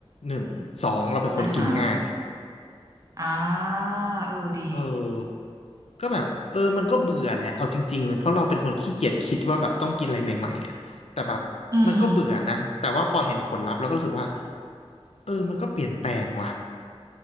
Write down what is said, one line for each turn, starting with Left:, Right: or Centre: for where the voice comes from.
Left: หนึ่งสองเราเป็นคนกินง่าย
Right: อ่าฮะอ่าเออดี
Left: เออก็แบบเออมันก็เบื่อแหละเอาจริงๆ เพราะเราเป็นคนขี้เกียจคิดว่าแบบต้องกินอะไรใหม่ๆอ่ะแต่แบบมันก็เบื่อนะ
Right: อืม
Left: แต่ว่าพอเห็นผลลัพธ์แล้วก็รู้สึกว่าเออมันก็เปลี่ยนแปลงว่ะ